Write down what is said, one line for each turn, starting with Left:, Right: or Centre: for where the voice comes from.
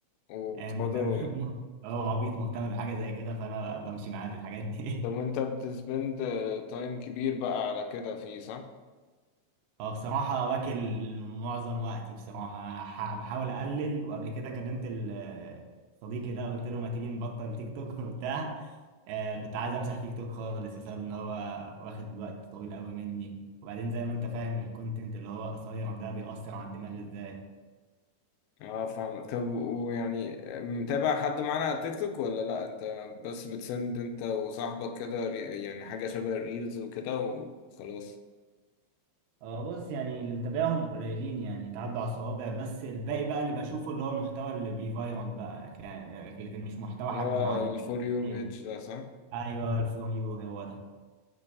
Left: وبتقعدوا
Right: آه، مهتم <laughs> اه عبيط مهتم بحاجة زي كده فأنا بمشي معاه في الحاجات دي
Left: طب وانت بتسبند تايم كبير بقى على كده فيه صح؟
Right: <laughs> هو بصراحة واكل معظم وقتي بصراحة ح- بحاول أقلل وقبل كده كلمت ال- صديقي ده قلت له ما تيجي نبطل تيك توك <laughs> وبتاع آه، كنت عايز أمسح تيك توك خالص بسبب إن هو واخد وقت طويل قوي مني وبعدين زي ما أنت فاهم الكونتنت اللي هو قصير ده بيأثر على الدماغ إزاي
Left: اه فاهمك طب ويعني متابع حد معانا على التيك توك ولا لا انت بس بتسند انت وصاحبك كده ري- يعني حاجة شبه الريلز وكده وخلاص
Right: اه بص يعني اللي متابعهم قليلين يعني يتعدوا على الصوابع بس الباقي بقى اللي بشوفه اللي هو المحتوى اللي بيفايرال بقى لكن لكن مش محتوى
Left: اللي
Right: حد
Left: هو
Right: معين
Left: الفور يو
Right: ايوه
Left: بيج ده صح؟
Right: ايوه الفروم يو هو ده